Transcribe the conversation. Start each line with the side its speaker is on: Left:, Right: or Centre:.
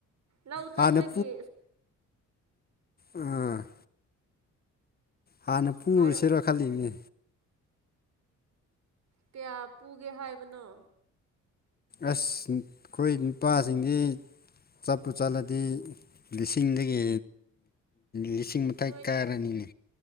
Right: ꯂꯧ ꯆꯠꯄꯒꯤ꯫
Left: ꯍꯥꯟꯅ ꯎꯝ ꯍꯥꯟꯅ ꯄꯨꯔꯨꯁꯤꯔ
Right: ꯍꯥꯏꯔ
Left: ꯈꯜꯂꯤꯅꯦ꯫
Right: ꯀꯌꯥ ꯄꯨꯒꯦ ꯍꯥꯏꯕꯅꯣ?
Left: ꯑꯁ ꯈꯣꯏ ꯅꯨꯄꯥꯁꯤꯡꯗꯤ, ꯆꯠꯄꯨ ꯆꯠꯂꯗꯤ ꯂꯤꯁꯤꯡꯗꯒꯤ ꯂꯤꯁꯤꯡ ꯃꯊꯛ
Right: ꯍ‌ꯣꯏꯅꯦ꯫
Left: ꯀꯥꯔꯅꯤꯅꯦ